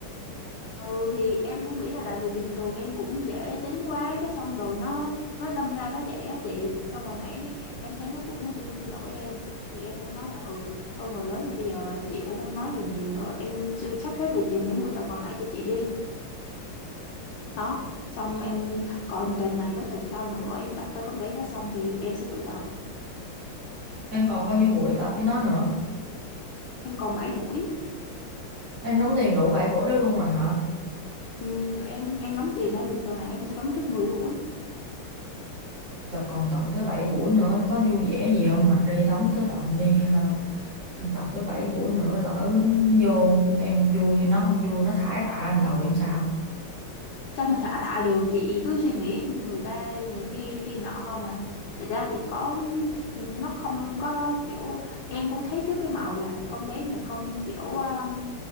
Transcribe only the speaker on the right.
Em còn bao nhiêu buổi tập với nó nữa?
Em đóng tiền đủ 7 buổi đó luôn rồi hả?
Tập còn tận tới 7 buổi nữa, có vui vẻ gì không mà đi đóng tới tận đi ha. Tập tới 7 buổi nữa lỡ vô em không vui hay nó không vui nó thả cái tạ lên đầu em sao?